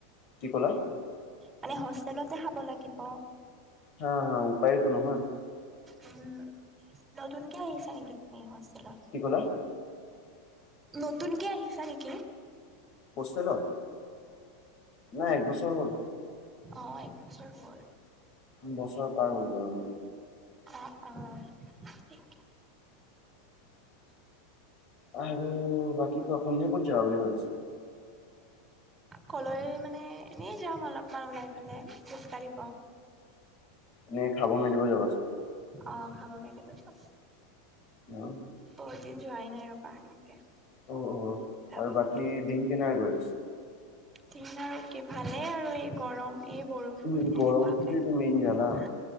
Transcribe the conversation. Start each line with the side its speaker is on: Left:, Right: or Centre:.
Left: কি ক'লা?
Right: মানে হোষ্টেলতে খাব লাগিব!
Left: হা হা উপায়টো নহয়!
Right: উম নতুনকে আহিছা নেকি তুমি হোষ্টেলত!
Left: কি ক'লা,
Right: নতুনকে আহিছা নেকি?
Left: হোষ্টেলত নাই একবছৰ হ'ল!
Right: অঁ একবছৰ হ'ল!
Left: বছৰ পাৰ হ'ল বাৰু,
Right: অঁ, অঁ <unintelligible>
Left: আৰু বাকী ক সন্ধিয়া ক'ত যাবা বুলি ভাবিছা?
Right: কলৈ মানে এনেই যাম অলপমান ওলাই পেলে খোজ কাঢ়িব!
Left: এনে খাব মেলিব যাবা চাগে,
Right: অঁ, খাব মেলিব যাম!
Left: অ <unintelligible>
Right: বহুত দিন যোৱাই নাই ৰবা এনেকে?
Left: অঁ, অঁ,
Right: যাব
Left: আৰু বাকী
Right: মন গ'ল।
Left: দিন কেনে কা গৈছে?
Right: দিন আৰু কি ভালেই আৰু এই গৰম এই বৰষুণ
Left: উম,
Right: সেনেকুৱাকে!
Left: গৰমটোৱেতো মেইন জালা।